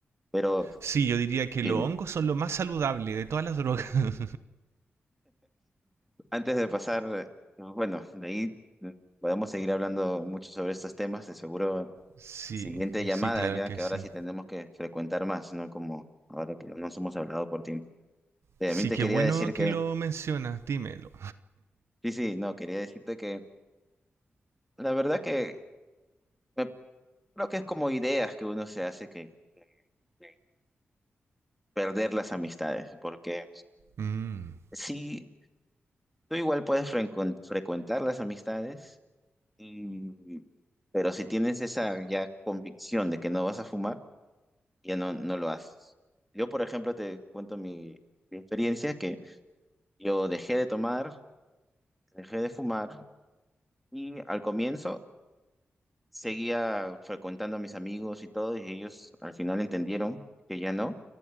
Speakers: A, in the centre; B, on the right.
A: Pero
B: Sí, yo diría que
A: Sí.
B: los hongos son lo más saludable de todas las drogas. <laughs>
A: Antes de pasar, bueno, de ahí mm, podemos seguir hablando mucho sobre estos temas, de seguro
B: Sí,
A: siguiente llamada
B: sí, claro
A: ya,
B: que
A: que
B: sí.
A: ahora sí tenemos que frecuentar más, ¿no? Como ahora que no nos hemos hablado por tiempo. También
B: Sí,
A: te
B: qué
A: quería
B: bueno
A: decir que,
B: que lo mencionas, dímelo.
A: sí, sí, no, quería decirte que la verdad que me- creo que es como ideas que uno se hace que que perder las amistades, porque
B: Mm,
A: sí, tú igual puedes frencon- frecuentar las amistades Y- pero si tienes esa ya convicción de que no vas a fumar, ya no, no lo haces. Yo, por ejemplo, te cuento mi, mi experiencia, que yo dejé de tomar, dejé de fumar y al comienzo seguía frecuentando a mis amigos y todo, y ellos al final entendieron que ya no,